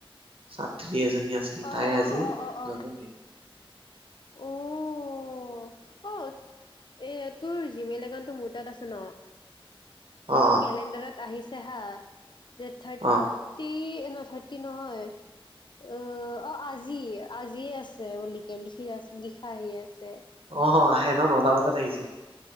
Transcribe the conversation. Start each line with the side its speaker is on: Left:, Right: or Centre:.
Right: ছাত। টী এজনী আছিল,
Left: অ
Right: তাইৰ আজি
Left: অ অ অ
Right: জন্মদিন।
Left: অ'। অ অ এ তোৰ জিমেইল একাউণ্টটো মোৰ তাত আছে ন? মোৰ
Right: অ
Left: কেলেণ্ডাৰত আহি চেহা যে থাৰটি
Right: অ
Left: থাৰটি নহয়, অ' আজি, আজিয়ে আছে বুলিকে লিখি আছে, লিখা আহি আছে। ছে
Right: অ অ আহে ন? নটা বজাত আহিছিল।